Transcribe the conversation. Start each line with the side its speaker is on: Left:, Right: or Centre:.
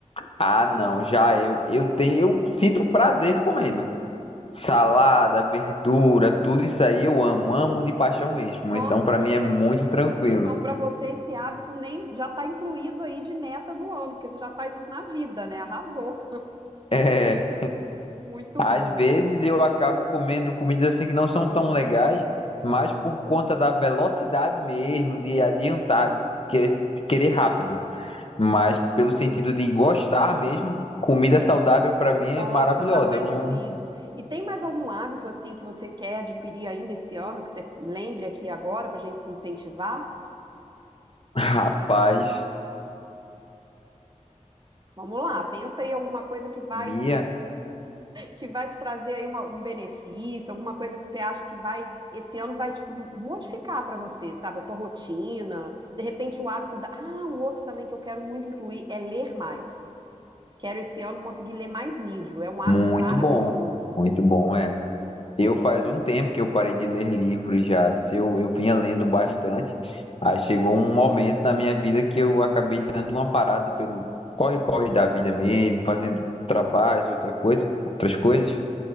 Left: Ah, não, já eu, eu tenho, eu sinto prazer comendo. Salada, verdura, tudo isso aí eu amo, amo de paixão mesmo.
Right: Nossa,
Left: Então, pra
Right: amigo,
Left: mim é muito tranquilo.
Right: Então,
Left: <laughs>
Right: para você, esse hábito nem já está incluído aí de meta do ano, porque você já faz isso na vida, né? Arrasou.
Left: É.
Right: Muito
Left: Às
Right: bom.
Left: vezes eu acabo comendo comidas assim que não são tão legais, mas por conta da velocidade mesmo, de adiantar, de querer, querer rápido. Mas pelo sentido de gostar mesmo, comida saudável pra mim é
Right: Nossa,
Left: maravilhosa.
Right: já está
Left: Eu
Right: incluído.
Left: não,
Right: E tem mais algum hábito assim que você quer adquirir ainda esse ano, que você lembre aqui agora para a gente se incentivar?
Left: <laughs> rapaz,
Right: Vamos lá, pensa aí alguma coisa que vai
Left: Mia,
Right: que vai te trazer aí uma- um benefício, alguma coisa que você acha que vai esse ano vai tipo modificar para você, sabe? A tua rotina, de repente o hábito da... Ah, um outro também que eu quero muito incluir é ler mais. Quero esse ano conseguir ler mais livro. É um hábito
Left: muito
Right: maravilhoso.
Left: bom. Muito bom, é. Eu faz um tempo que eu parei de ler livros já. Se Eu, eu vinha lendo bastante. Aí chegou um momento na minha vida que eu acabei dando uma parada pelo corre-corre da vida mesmo, fazendo trabalhos e outra coisa, outras coisas.